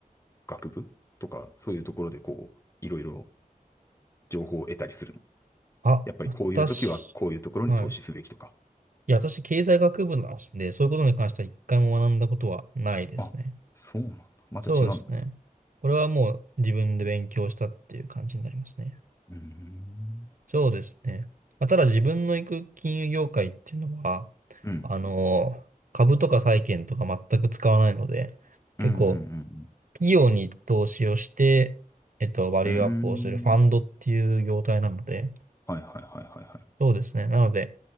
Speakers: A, on the left; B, on the right.
A: 学部とか、そういうところでこう、いろいろ情報を得たりするの
B: あ、
A: やっぱりこういう時はこういうところに投資すべきとか。
B: 私、はい。いや、私、経済学部なんで、そういうことに関しては一回も学んだことはないですね。
A: あ、そうなんだ。また違うんだね。
B: そうですね。これはもう自分で勉強したっていう感じになりますね。
A: うーん。
B: そうですね。まあ、ただ自分の行く金融業界っていうのは、
A: うん。
B: あの、株とか債券とか全く使わないので、結構
A: うんうん
B: 企業に投資をして、えっと、バリューアップをするファンドっていう業態なので、
A: うんうん。うーん。はいはいはいはいは
B: そうですね。なので、